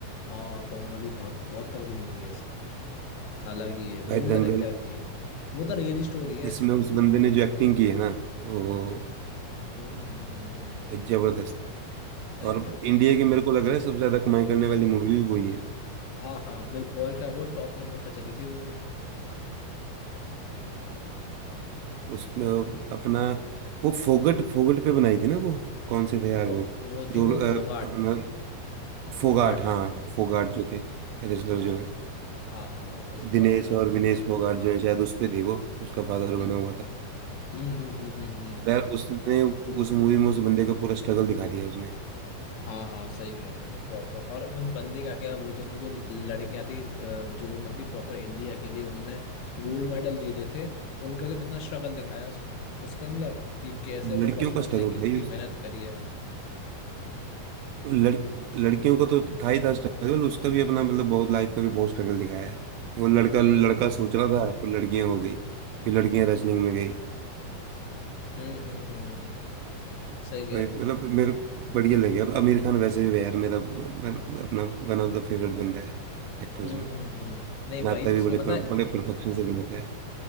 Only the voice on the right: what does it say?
भाई
दंगल
इसमें उस बंदे ने जो एक्टिंग की है ना वो
भाई जबरदस्त
और
इंडिया
की
मेरे को लग रहा है सबसे ज्यादा कमाई करने वाली मूवी भी वही है
उसमें अपना वो फोगट फोगट पे बनाई थी ना वो कौन से थे यार
वो
जो
अ,
अपना फोगाट
हाँ फोगाट जो थे रेसलर
जो है
दिनेश
और विनेश फोगाट जो है शायद उस पे थे वो उसका फादर
बना हुआ था
पर यार उसने उस मूवी में उस बंदे का पूरा स्ट्रगल दिखा दिया उसने
लड़कियों
का स्ट्रगल
भाई
उस-
लड़ लड़कियों का तो था ही था स्ट्रगल उसका भी अपना मतलब बहुत लाइफ का भी बहुत स्ट्रगल दिखाया है वो लड़का
लड़का
सोच रहा था पर लड़कियां हो गई फिर लड़कियां रेसलिंग में गई
भाई
मतलब
मेरे को बढ़िया लगे और आमिर खान वैसे भी यार मेरा बन- अपना वन ऑफ द फेवरेट बंदा है एक्टर्स
में
नाता
भी
बड़े
पर,
बड़े परफेक्शन से बनाता है